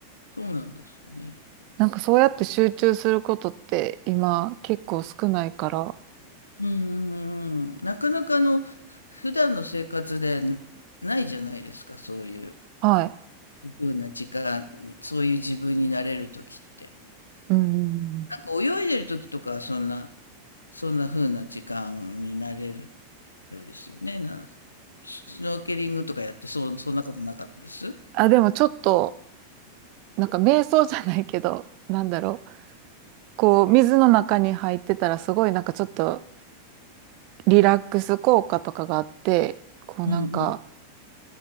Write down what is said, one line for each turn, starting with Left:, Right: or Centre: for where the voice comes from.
Left: そうなんですよね。
Right: なんかそうやって集中することって今結構少ないから。
Left: うんうんうん。なかなかあの、普段の生活でないじゃないですか、そういう
Right: はい。
Left: ふうな時間に、そういう自分になれる時って。
Right: うんうんうん。
Left: なんか泳いでる時とかはそんな、そんなふうな時間になれる、あれですよね。な、スノーケリングとかやって、そう、そんなことなかったです。
Right: あ、でもちょっと、なんか瞑想じゃないけど、なんだろう。こう、水の中に入ってたらすごいなんかちょっとリラックス効果とかがあって、こうなんか、
Left: うん